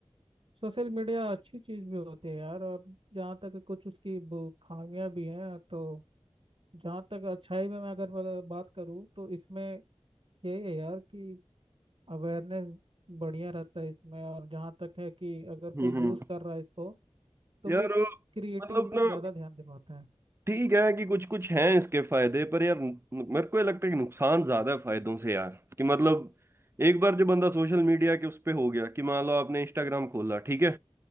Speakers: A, on the right (about 60°); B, on the right (about 25°).
A: सोशल मीडिया अच्छी चीज भी होती है यार और जहाँ तक कुछ उसकी बु- खामियां भी हैं तो जहाँ तक अच्छाई में मैं अगर बा- बात करूँ तो इसमें यही है यार कि अवेयरनेस बढ़िया रहता है इसमें और जहाँ तक है कि अगर कोई
B: हम्म
A: यूज
B: हम्म
A: कर रहा है इसको तो
B: यार
A: वो
B: मतलब
A: क्रिएटिविटी
B: ना
A: पे ज्यादा ध्यान दे पाता है
B: ठीक है कि कुछ कुछ हैं इसके फायदे पर यार न- मेरे को ये लगता है कि नुकसान ज्यादा है फायदों से यार कि मतलब एक बार जो बंदा सोशल मीडिया के उस पे हो गया कि मान लो आपने इंस्टाग्राम खोला ठीक है